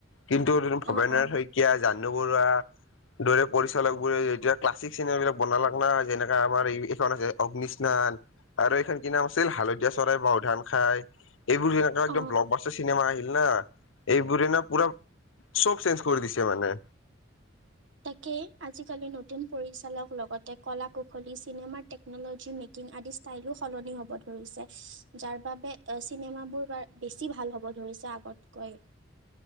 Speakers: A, on the left; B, on the right.
A: কিন্তু ভবেন্দ
B: অঁ অঁ
A: নাথ শই কীয়া, জাহ্নু বৰুৱা দৰে পৰিচালক বোৰে এতিয়া ক্লাছিক চিনেমা বিলাক বনালে না, যেনেকা আমাৰ এইখন আছে অগ্নিস্নান আৰু এইখন কি নাম আছিল হালধীয়া চৰাই বাওধান খাই, এইবোৰ যেনেকুৱা একদম
B: অঁ
A: ব্লগ বাছটাৰ চিনেমা আহিল না এইবোৰে না পুৰা চব চেঞ্জ কৰি দিছে মানে।
B: তাকে, আজিকালি নতুন পৰিচালক লগতে কলা-কুশলী চিনেমাৰ টেক টেকন'লজি মেকিং আদি ষ্টাইলো সলনি হ'ব ধৰিছে। যাৰ বাবে চিনেমাবোৰ বেছি ভাল হ'ব ধৰিছে আগতকৈ।